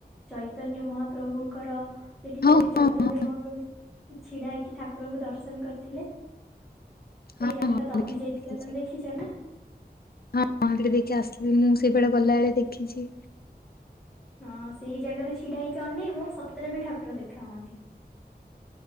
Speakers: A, in the centre; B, on the left.
A: ଚୈ ଚୈତନ୍ୟ ମହାପ୍ରଭୁଙ୍କର ସେଠି
B: ହଁ
A: ଯୋଉଠି ଚୈତନ୍ୟ
B: ହଁ ହଁ
A: ମହାପ୍ରଭୁ ଛିଡା ହେଇକି ଠାକୁରଙ୍କୁ ଦର୍ଶନ କରିଥିଲେ। ସେଇ
B: ହଁ
A: ଜାଗା।
B: ହଁ
A: ଟା ଦବି
B: ଦେଖି,
A: ଯାଇଥିଲା
B: ଦେଖିଚି।
A: ତମେ ଦେଖିଛ ନା?
B: ହଁ, ଟିକେ ଦେଇକି ଆସିଲି ମୁଁ, ସେଇପଟେ ଗଲାବେଳେ ଦେଖିଛି।
A: ହଁ, ସେଇ ଜାଗାରେ ଛିଡା ହେଇକି ଅନେଇବ। ସତରେ ବି ଠାକୁର ଦେଖା ହୁଅନ୍ତି।